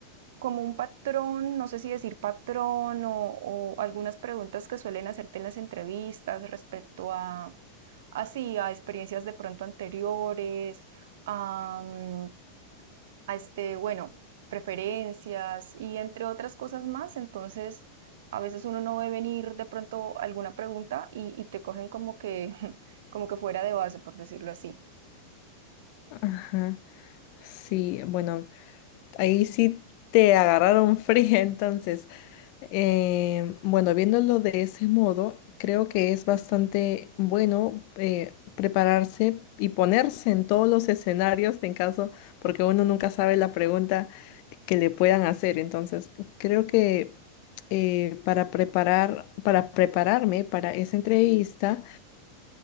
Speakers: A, on the right (about 55°); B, on the left (about 45°).
A: como un patrón, no sé si decir patrón o, o algunas preguntas que suelen hacerte en las entrevistas respecto a, así, a experiencias de pronto anteriores. a, mm, a este, bueno, preferencias y entre otras cosas más. Entonces, a veces uno no ve venir de pronto alguna pregunta y, y te cogen como que, <laughs> como que fuera de base, por decirlo así.
B: Ajá. Sí, bueno, ahí sí te agarraron <laughs> fría entonces. Eh, bueno, viéndolo de ese modo, creo que es bastante bueno eh, prepararse y ponerse en todos los escenarios en caso, porque uno nunca sabe la pregunta que le puedan hacer. Entonces, creo que eh, para preparar, para prepararme para esa entrevista,